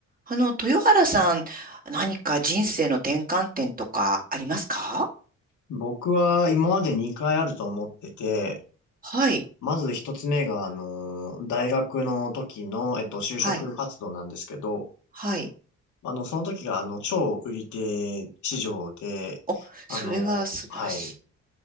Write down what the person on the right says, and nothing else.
あの、豊原さん、何か人生の転換点とかありますか
はい、
はい、はい。
お、
それは素晴らしい。